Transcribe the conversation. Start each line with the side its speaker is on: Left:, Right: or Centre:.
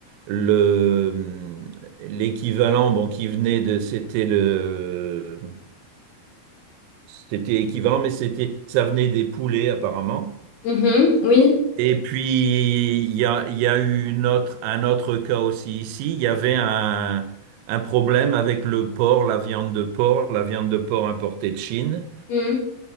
Right: le hum, l'équivalent bon qui venait de c'était le c'était équivalent mais c'était ça venait des poulets apparemment.
Left: Mhm. Oui.
Right: Et puis il y a, il y a eu une autre, un autre cas aussi ici. Il y avait un un problème avec le porc, la viande de porc, la viande de porc importée de Chine.
Left: Mmh.